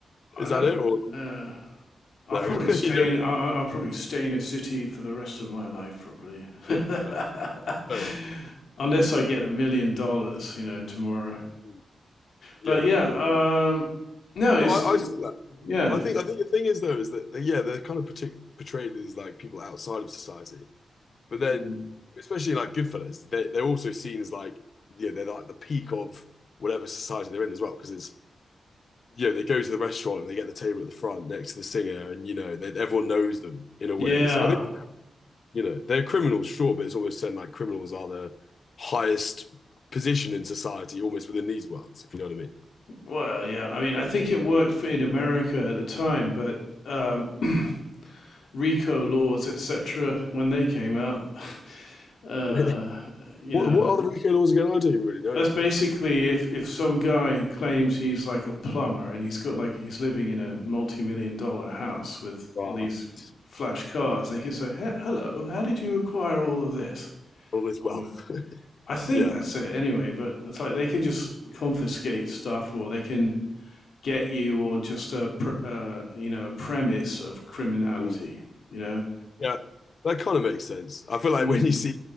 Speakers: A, on the left (about 60°); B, on the left (about 40°).
A: i
B: is
A: don't
B: that it? Or
A: know i'll
B: no,
A: probably
B: <laughs>
A: stay
B: you don't.
A: in
B: really-
A: I'll, I'll probably stay in a city for the rest of my life probably <laughs>
B: Yeah, fair, fair enough.
A: unless i get a million dollars you know tomorrow
B: Mm, Yeah,
A: but yeah
B: I know that.
A: um no it's
B: No, I, I see that.
A: yeah
B: I think, I think the thing is though, is that, they, yeah, they're kind of partic- portrayed as like people outside of society. But then,
A: Mm.
B: especially like Goodfellas, they, they're also seen as like, yeah, they're like the peak of whatever society they're in as well. Because it's, you know, they go to the restaurant and they get the table at the front next to the singer, and, you know, they, everyone knows them in a
A: yeah
B: way. So I think, you know, they're criminals, sure, but it's always said like criminals are the highest position in society almost within these worlds, if you know what I
A: well yeah i mean i think it worked for in america at the time but um <clears throat> RICO laws, etc., when they came out. <laughs> Uh,
B: mean. <laughs> Really?
A: you
B: What,
A: know,
B: what are the Rico laws again? I don't even really know
A: that's
B: anything
A: basically
B: about that.
A: if, if some guy claims he's like a plumber and he's got like he's living in a multi million dollar house with
B: Right.
A: all these flash cars, they can say, "He- "Hello, how did you acquire all of this?"
B: All this
A: Or
B: wealth. <laughs>
A: I think
B: Yeah.
A: that's it anyway. But it's like they can just confiscate stuff, or they can get you on just a pr- uh, you know a premise of criminality.
B: Mm.
A: You know.
B: Yeah. That kind of makes sense. I feel like
A: Mm.
B: when you see